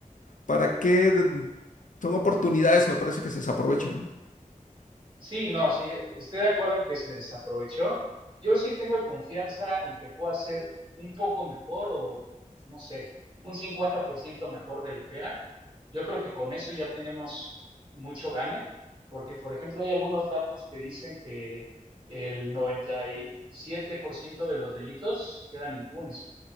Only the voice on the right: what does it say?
Sí, no, sí, estoy de acuerdo en que se desaprovechó. Yo sí tengo confianza en que pueda ser un poco mejor o, no sé, un 50% mejor de lo que era. Yo creo que con eso ya tenemos mucho gane, porque, por ejemplo, hay algunos datos que dicen que el 97% de los delitos quedan impunes